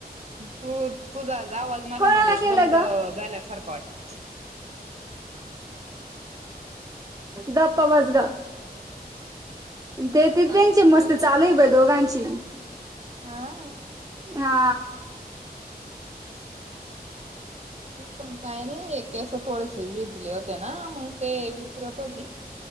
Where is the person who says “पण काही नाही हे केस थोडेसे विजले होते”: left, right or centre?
Right